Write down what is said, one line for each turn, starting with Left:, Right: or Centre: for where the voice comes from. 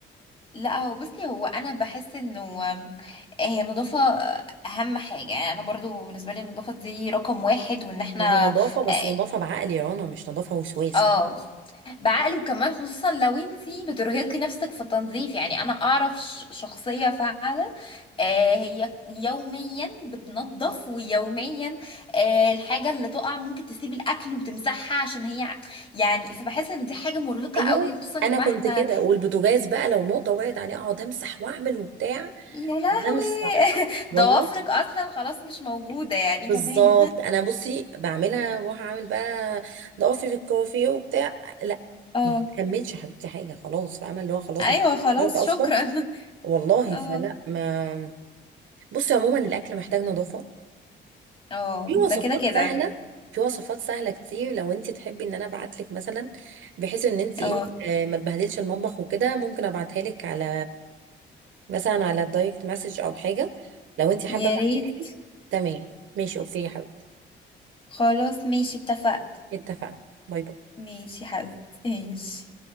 Left: لا هو بصي هو انا بحس انه هي النظافه اهم حاجه يعني انا برضو بالنسبه لي النظافه دي رقم واحد وان احنا
Right: ما هو نظافة بس
Left: اه
Right: نظافة بعقل يا رنا مش نظافة وسواس
Left: آه،
Right: فاهم
Left: بعقل وكمان خصوصا لو انتي بترهقي نفسك في التنظيف يعني انا اعرف ش- شخصيه فعلا آه، هي يوميا بتنظف ويوميا آه، الحاجه اللي تقع ممكن تسيب الاكل وتمسحها عشان هي ع- يعني فبحس ان دي حاجه مرهقه
Right: أيوه
Left: قوي خصوصا يا
Right: أنا
Left: جماعه
Right: كنت
Left: احنا
Right: كده والبوتاجاز بقى لو نقطة وقعت عليه أقعد أمسح وأعمل وبتاع
Left: يا لهوي
Right: ده مش صح
Left: <laughs>
Right: والله
Left: ضوافرك اصلا خلاص مش موجودة يعني
Right: بالظبط
Left: كمان
Right: انا بصي بعملها واروح اعمل بقى ضعفي في الكوافيه وبتاع لا
Left: اه
Right: ما بكملش يا حبيبتي حاجه خلاص فاهمه اللي هو خلاص
Left: ايوه
Right: بطلت
Left: خلاص
Right: اصلا
Left: شكرا
Right: والله
Left: اه
Right: فلا ما بصي عموما الاكل محتاج نظافه
Left: اه
Right: في
Left: ده
Right: وصفات
Left: كده كده
Right: سهله في وصفات سهله كتير لو انت تحبي ان انا ابعت لك مثلا بحيث ان انت
Left: اه
Right: ايه آه، ما تبهدلش المطبخ وكده ممكن ابعتها لك على مثلا على الدايركت مسج او حاجه لو انت حابه
Left: يا
Right: ابعتها
Left: ريت
Right: لك تمام ماشي اوكي يا حبيبتي
Left: خلاص ماشي اتفقت
Right: اتفقنا باي باي
Left: ماشي حبيبي ماشي